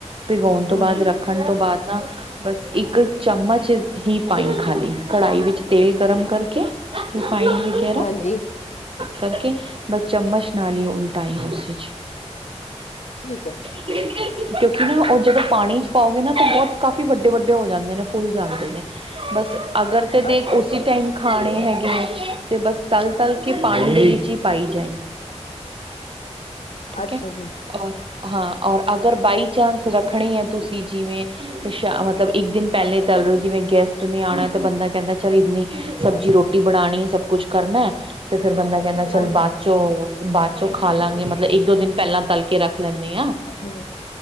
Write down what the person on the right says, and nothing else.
ਭਿਗਾਉਣ ਤੋਂ
ਬਾਅਦ ਰੱਖਣ ਤੋਂ ਬਾਅਦ ਨਾ ਬਸ ਇੱਕ ਚਮਚ ਹੀ ਪਾਈ ਖਾਲੀ, ਕੜਾਹੀ ਵਿੱਚ ਤੇਲ ਗਰਮ ਕਰਕੇ ਰਿਫਾਈਡ ਵਗੈਰਾ
ਕਰਕੇ, ਬਸ ਚਮਚ ਨਾਲ ਹੀ ਉਲਟਾ ਈ ਉਸੇ 'ਚ।
ਕਿਉਂਕਿ ਨਾ ਉਹ ਜਦੋਂ ਪਾਣੀ ਚ ਪਾਓਗੇ ਨਾ, ਤਾਂ ਬਹੁਤ ਕਾਫ਼ੀ ਵੱਡੇ ਵੱਡੇ ਹੋ ਜਾਂਦੇ ਨੇ, ਫੁੱਲ ਜਾਂਦੇ ਨੇ। ਬਸ ਅਗਰ ਤਾਂ ਦੇਖ
ਉਸਸੀ
ਟਾਈਮ ਖਾਣੇ ਹੈਗੇ ਆ, ਤੇ ਬਸ ਤਲ ਤਲ ਕੇ ਪਾਣੀ ਦੇ ਵਿੱਚ ਹੀ ਪਾਈ ਜਾਈ। ਠੀਕ
ਐ,
ਔਰ ਹਾਂ, ਔਰ ਅਗਰ ਬਾਈ ਚਾਂਨਸ ਰੱਖਣੇ ਐ, ਤੁਸੀਂ ਜਿਵੇਂ ਸ਼ ਮਤਲਬ ਇੱਕ ਦਿਨ ਪਹਿਲੇ ਤਲ ਲ, ਜਿਵੇਂ ਗੈਸਟ ਨੇ ਆਣਾ ਤੇ ਬੰਦਾ ਕਹਿੰਦਾਂ ਚੱਲ ਇੰਨੀ ਸਬਜ਼ੀ, ਰੋਟੀ ਟੀ ਬਣਾਉਣੀ ਸਭ ਕੁਛ ਕਰਨਾ, ਤੇ ਫੇਰ ਬੰਦਾ ਕਹਿੰਦਾ ਚੱਲ
ਬਾਅਦ ਚੋਂ ਬਾਅਦ ਚੋਂ ਖਾ ਲਾਂਗੇ ਮਤ ਮੈਂ ਇੱਕ ਦੋ ਦਿਨ ਪਹਿਲਾਂ ਤਲ ਕੇ ਰੱਖ ਲੈਂਨੀ ਐ।